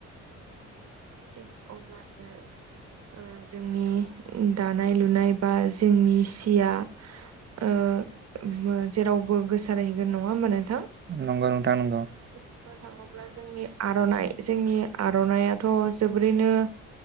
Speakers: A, on the right; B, on the right.
A: अब्लासो ओ जोंनि दानाय लुनाय बा जोंनि <unintelligible> ओ जेरावबो गोसारहैगोन नङा होनबा नों
B: नंगौ नोंथां नंगौ।
A: नो थाङोब्ला जोंनि आरनाइ जोंनि आरनाइआ थ जोबोरैनो